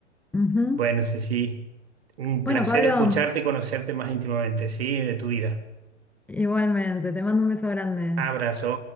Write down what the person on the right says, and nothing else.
Bueno, sí, sí. Un
placer
escucharte y conocerte más íntimamente, ¿sí? De tu vida.
Abrazo.